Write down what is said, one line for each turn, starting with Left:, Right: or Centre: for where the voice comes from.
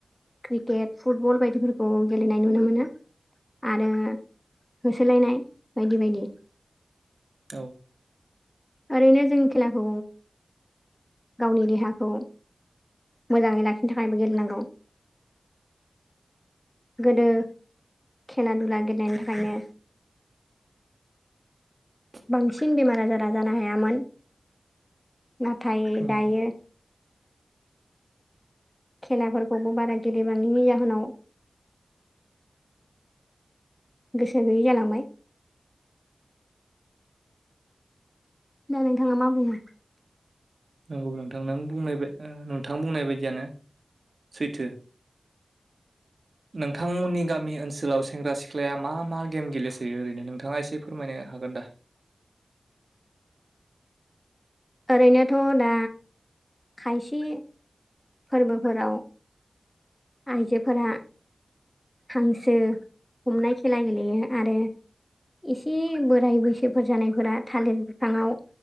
Left: क्रिकेट फुटबल बायदिफोरखौ गेलेनाय नुनो मोनो आरो होसोलायनाय बायदि बायदि
Right: औ
Left: ओरैनो जों खेलाखौ गावनि देहाखौ मोजाङै लाखिनो थाखायबो गेलेनांगौ। गोदो खेला दुला गेलेनायनि थाखायनो।
Right: <inaudible>
Left: बांसिन बेमार आजारा जानो हायामोन नाथाय
Right: उम
Left: दायो खेलाफोरखौबो बारा गेलेबांनि जाहोनाव गोसो गैयै जालांबाय दा नोंथाङा मा बुङो
Right: नंगौ नोंथां बुंनाय नोंथां बुंनाय बायदियानो सैथो नोंथांमोननि गामि ओनसोलाव सेंग्रा सिख्लाया मा मा गेम गेलेसयो ओरैनो नोंथाङा एसे फोरमायनो हाग गोनदा
Left: ओरैनोथ दा खायसे फोरबोफोराव आइजोफोरा हांसो हमनाय खेला गेलेयो आरो एसे बोराय बैसोफोर जानायफोरा थालिर बिफांङाव